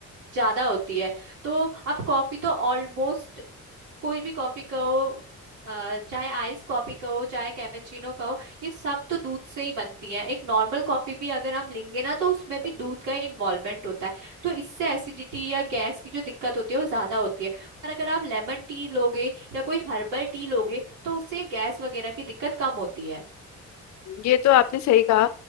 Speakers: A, on the right; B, on the left.
A: ज्यादा होती है तो आप कॉफी तो ऑलमोस्ट कोई भी कॉफी कहो अ, चाहे आइस कॉफी कहो चाहे कैपेचिनो कहो ये सब तो दूध से ही बनती है एक नॉर्मल कॉफी भी अगर हम लेंगे ना तो उसमें भी दूध का इन्वॉल्वमेंट होता है तो इससे एसिडिटी या गैस की जो दिक्कत होती है वो ज्यादा होती है पर अगर आप लेमन टी लोगे या कोई हर्बल टी लोगे तो उससे गैस वगैरह की दिक्कत कम होती है
B: ये तो आपने सही कहा